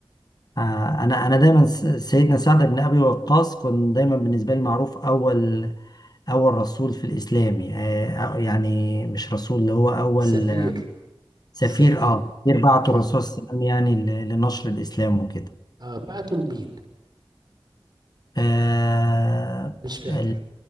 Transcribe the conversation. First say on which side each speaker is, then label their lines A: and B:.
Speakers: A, on the left (about 45°); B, on the right (about 50°).
A: آه، انا انا دايما س- سيدنا سعد بن ابي وقاص كان دايما بالنسبه لي معروف اول اول رسول في الاسلام آه، أو- يعني مش رسول اللي هو اول
B: سفير
A: سفير
B: سفير
A: اه سفير بعته
B: آه
A: الرسول صلى الله عليه وسلم يعني ل- لنشر الاسلام وكده
B: آه بعته لمين
A: آه،
B: مش فاكر
A: ال-